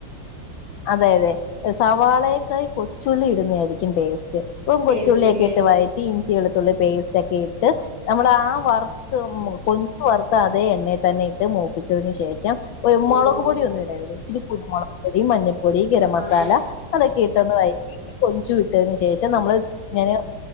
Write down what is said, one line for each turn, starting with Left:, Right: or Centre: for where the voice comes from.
Left: അതെ അതെ സവാളയക്കായി കൊച്ചുള്ളി ഇടുന്ന ആയിരിക്കും ടേസ്റ്റ് ഇപ്പം
Right: ടേസ്റ്റ്
Left: കൊച്ചുള്ളിയൊക്കെ
Right: ഇല്ലേ
Left: ഇട്ട് വയറ്റി ഇഞ്ചി വെളുത്തുള്ളി പേസ്റ്റ് ഒക്കെ ഇട്ട് നമ്മൾ ആ വറ കൊഞ് വറുത്ത അതെ എണ്ണയെ തന്നെ ഇട്ട് മൂപ്പിച്ചതിനന് ശേഷം
Right: ഓ
Left: മുളക്
Right: ഓ
Left: പൊടിയ ഒന്നും ഇടരുത് ചിരിക്കുരു മുളക് പൊടി മഞ്ഞപ്പൊടി ഗരം
Right: ആ
Left: മസാല
Right: ആ ആ.
Left: അതൊക്കെ ഇട്ട് ഒന്ന് വയറ്റി കൊഞ്ചു ഇട്ട ശേഷം ശേഷം നമ്മള് ഇങ്ങനെ